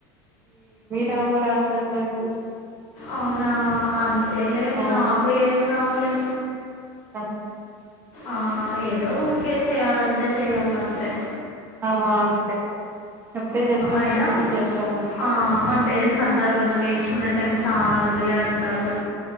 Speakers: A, on the right (about 20°); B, on the left (about 55°).
A: రావు రా అసలు నాకు
B: అవునా అంతేలే
A: ఆ
B: నాకు ఏం రావులే
A: అ
B: ఆ ఏదో ఊరికే చెయ్యాలంటే చెయ్యాలంతే
A: ఆ పె చెప్తే చేస్తాం
B: అయినా
A: చూసి చేస్తాం అంతె
B: ఆ, మన పేరెంట్స్ అంటారు కదా నేర్చుకునే టైం చాలా ఉందిలే అంటారు